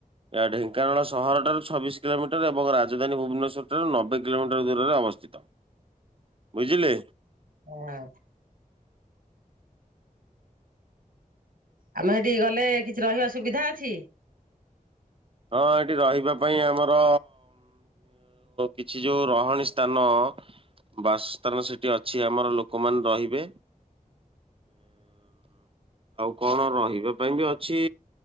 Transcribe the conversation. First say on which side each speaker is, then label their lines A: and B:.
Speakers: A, on the right (about 40°); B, on the right (about 85°).
A: ଏହା ଢେଙ୍କାନାଳ ସହରଠାରୁ ଛବିଶ କିଲୋମିଟର ଏବଂ ରାଜଧାନୀ ଭୁବନେଶ୍ୱରଠାରୁ ନବେ କିଲୋମିଟର ଦୂରରେ ଅବସ୍ଥିତ। ବୁଝିଲେ?
B: ହୁଁ। ଆମେ ସେଠିକି ଗଲେ କିଛି ରହିବା ସୁବିଧା ଅଛି?
A: ହଁ ଏଠି ରହିବା ପାଇଁ ଆମର କିଛି ଯୋଉ ରହଣି ସ୍ଥାନ ବାସସ୍ଥାନ ସେଠି ଅଛି ଆମର ଲୋକମାନେ ରହିବେ। ଆଉ କଣ ରହିବା ପାଇଁ ବି ଅଛି